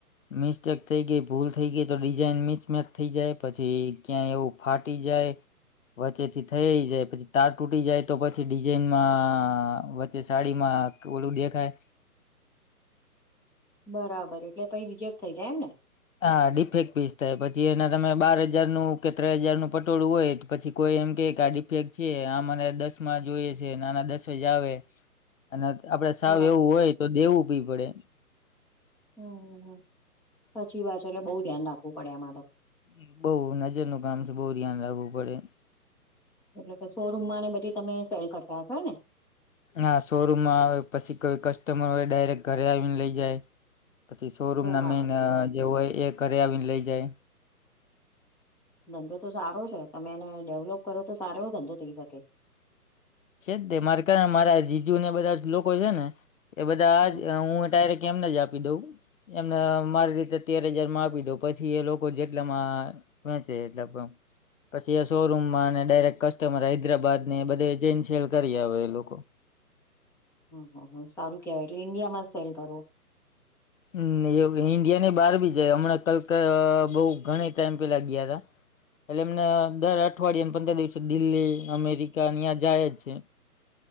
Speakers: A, on the left; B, in the centre.
A: મિસ્ટેક થઈ ગેઈ, ભૂલ થઈ ગેઈ, તો ડિઝાઇન મિચ મેચ થઈ જાય પછી ક્યાંય ઓપ ફાટી જાય વચ્ચેથી થઈ જાય પછી, તાર તૂટી જાય તો પછી ડિઝઇનમાં, વચ્ચે સાડીમાં ઓલું દેખાય
B: બરાબર, એટલે પહી રિજેક્ટ થઈ જાય એમ ને?
A: હા, ડિફેક્ટ પીસ થાય પછી એના તમે બાર હજારનું કે તેર હજારનું પટોળું ઓય. પછી કોઈ એમ કેય કે આ ડીફેક્ટ છે, આ મને દસમાં જોયે છે ને આના દસ જ આવે અને ત આપડે સાવ
B: બરાબર
A: એવું ઓય તો દેવું ભી પળે.
B: હુ, હુ, હુ, સાચી વાત છે એટલે બોઉ ધ્યાન રાખવું પળે એમાં તો.
A: હ, બોઉ નજરનું કામ છે બોઉ ધ્યાન રાખવું પળે.
B: એટલે કે શોરૂમમાં ને બધી તમે સેલ કરતા હસો હેને?
A: ના, શોરૂમમાં આવે પછી કોઈ કસ્ટમર ઓય ડાયરેક્ટ ઘરે આવીને લેઇ જાય. પસી શોરૂમ
B: બરાબર
A: ના મેન
B: છે
A: અ જે ઓય એ ઘરે આવીને લઈ જાય.
B: ધંધો તો સારો છે તમે એને ડેવલોપ કરો તો સારો એવો ધંધો થઇ શકે.
A: છે જ ને મારે કા, મારા જીજુ ને બધા જ લોકો છે ને. એ બધા
B: હમ
A: આજ, હું ડાયરેક્ટ એમને જ આપું. આપી દઉં એમને મારી રીતે તેર હજારમાં આપી દઉં, પછી એ લોકો જેટલામાં વેંચે એટલે પછી એ શોરૂમમાં અને ડાયરેક્ટ કસ્ટમર હૈદરાબાદને જે સેલ કરી આવે એ લોકો.
B: હમ્મ, હમ્મ. સારું કેવાય એટલે કે ઈન્ડિયામાં જ સેલ કરો.
A: હમ્મ, એ ઈન્ડિયા ની બહાર પણ જાય હમણાં બહું ઘણી સમય પહેલા ગયા હતા. એટલે એમને દર અઠવાડિયાને પંદર દિવસે દિલ્હી, અમેરિકા અહીયાં જાય જ છે.